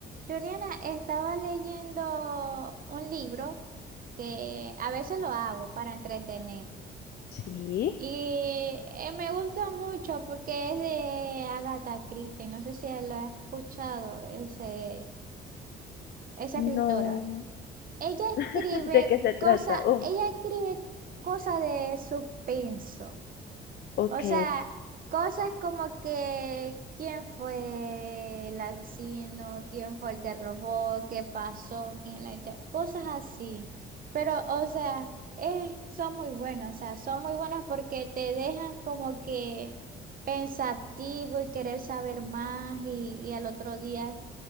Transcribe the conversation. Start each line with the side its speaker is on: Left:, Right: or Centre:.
Right: Juliana, estaba leyendo un libro que a veces lo hago para entretener.
Left: Sí.
Right: Y eh, me gusta mucho porque es de Agatha Christie. No sé si lo has escuchado, ese, esa
Left: No.
Right: escritora. Ella escribe
Left: <laughs> ¿De qué se trata?
Right: cosas,
Left: Oh,
Right: ella escribe cosas de suspenso.
Left: Ok.
Right: O sea, cosas como que quién fue el asesino, quién fue el que robó, qué pasó, quién la echó, cosas así. Pero, o sea, eh, son muy buenos, o sea, son muy buenos porque te dejan como que pensativo y querer saber más y, y al otro día